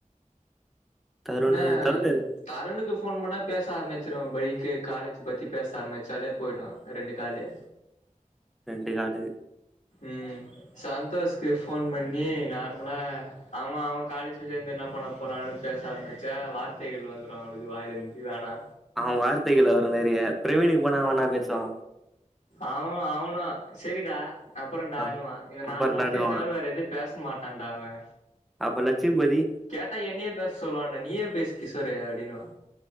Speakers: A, in the centre; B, on the left (about 60°).
A: தருணு
B: நா
A: தருணு
B: தருனுக்கு ஃபோன் பண்ணா பேச ஆரம்பிச்சிருவா பைக்கு காலேஜு பத்தி பேச ஆரம்பிச்சாலே பொயிடு ரெண்டு காலு
A: ரெண்டு காலு
B: ம் சந்தோஷ்க்கு ஃபோன் பண்ணி நார்மலா ஆமா அவ காலேஜ்ல சேந்து என்ன பண்ண போறானு பேச ஆரம்பிச்சா வார்த்தைகள் வந்துரு அவுனுக்கு வாயில இருந்து வேணா
A: அவ வார்த்தைகள வர மாரியா பிரவீனுக்கு போனா வேணா பேசுவா
B: அவ் அவனா செரிடா அப்பற டாணுவா
A: ஆ,
B: இந்த நாலு
A: அப்புறம்
B: வார்த்தய
A: நானும்
B: தவர வேற எது பேச மாட்டான்ட அவே
A: அப்ப லட்சுமிபதி
B: கேட்டா என்னயே பேச சொல்லுவான்டா நீயே பேசு கிஷோரு அப்டின்னுவா